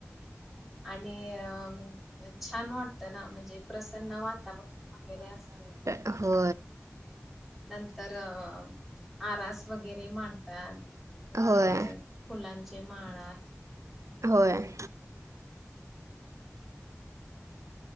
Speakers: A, in the centre; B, on the right (about 85°).
A: आणि अ छान वाटतं ना म्हणजे प्रसन्न वातावरण वगैरे असतं
B: हो
A: नंतर अ आरास वगैरे मांडतात म्हणजे
B: होय
A: फुलांचे माळ
B: होय